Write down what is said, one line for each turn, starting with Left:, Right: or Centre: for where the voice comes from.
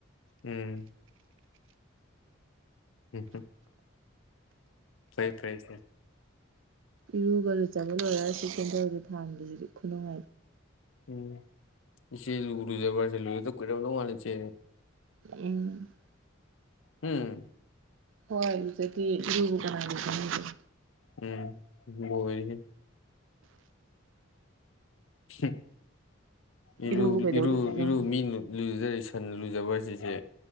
Left: ꯎꯝ <unintelligible> <unintelligible>
Right: ꯏꯔꯨꯒ ꯂꯨꯖꯕ ꯂꯣꯏꯔꯒ ꯁꯤ ꯀꯦꯟꯗꯟꯁꯦ ꯊꯥꯟꯕꯁꯤꯗꯤ ꯈꯨꯅꯨꯡꯉꯥꯏꯗꯤ
Left: ꯎꯝ ꯏꯆꯦ ꯂꯨ ꯂꯨꯖꯕ ꯍꯥꯏꯁꯦ ꯂꯨꯔꯤꯗ ꯀꯨꯏꯔꯝꯗꯧ ꯃꯟꯂꯦ ꯏꯆꯦ
Right: ꯎꯝ
Left: ꯎꯝ
Right: ꯍꯣꯏ ꯂꯨꯖꯗꯤꯌꯦ ꯏꯔꯨꯕꯨ ꯀꯅꯥ ꯂꯨꯖꯩ ꯍꯥꯏꯒꯦ
Left: ꯎꯝ ꯂꯣꯏꯔꯦꯍꯦ <unintelligible> ꯏꯔꯨꯛ
Right: ꯏꯔꯨꯕꯨ ꯀꯩꯗꯧ
Left: ꯏꯔꯨ
Right: ꯂꯨꯖꯗꯧꯅꯤ
Left: ꯏꯔꯨ ꯃꯤꯟꯂꯨ ꯂꯨꯖꯔꯤ ꯁꯟ ꯂꯨꯖꯕ ꯍꯥꯏꯁꯤ ꯆꯦ